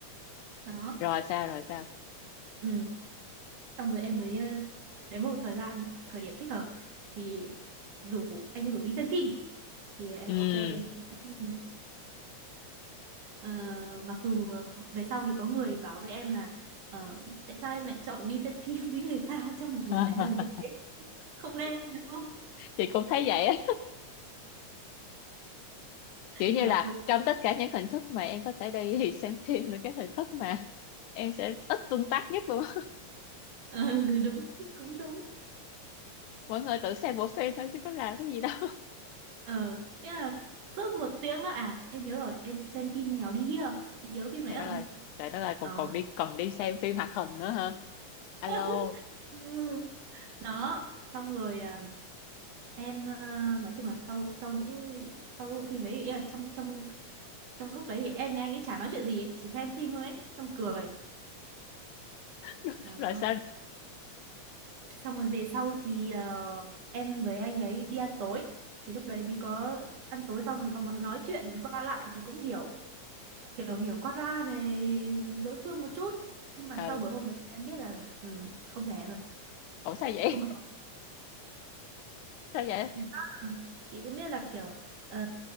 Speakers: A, on the right; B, on the left.
A: đó
B: rồi sao rồi sao
A: ừ xong rồi em mới ờ, đến một thời gian thời điểm thích hợp thì rủ anh ấy rủ đi xem phim thì em
B: ừ
A: bảo ok em xem phim. Ờ, mặc dù về sau thì có người bảo với em là ờ, tại sao em lại chọn đi xem <laughs> phim với người ta trong một
B: <laughs>
A: buổi hẹn đầu như thế không nên đúng không
B: chị cũng thấy vậy á kiểu như
A: mà
B: là
A: thôi
B: trong tất cả những hình thức mà em có thể đi <laughs> thì xem phim là cái hình thức mà em sẽ ít tương tác nhất luôn
A: ừ, <laughs> đúng cũng đúng
B: mọi người tự xem bộ phim thôi chứ có làm cái gì đâu
A: ờ nghĩa là suốt một tiếng đó à em nhớ rồi em xem phim Mèo đi hia chị nhớ phim đấy
B: trời
A: không
B: đất ơi trời đất ơi còn
A: ờ
B: còn đi còn đi xem phim hoạt hình nữa hả alo
A: <laughs> ừ. đó xong rồi à, em ờ, nói chung là sau sau những sau cái bộ phim đấy thì ý là trong trong trong lúc đấy thì em với anh ấy chả nói chuyện gì ấy, chỉ xem phim thôi ấy xong cười
B: <laughs>
A: đó
B: rồi sao
A: xong rồi về sau thì ờ, em với anh đấy đi ăn tối thì lúc đấy mới có ăn tối xong rồi có món nói chuyện qua lại thì cũng hiểu hiểu hiểu qua loa về đối phương một chút nhưng mà
B: ừ
A: sau bữa hôm đấy em biết là ừ, không thể rồi
B: ủa sao vậy
A: không hợp
B: <laughs> sao vậy
A: Thì đó, chị cũng biết là kiểu ờ,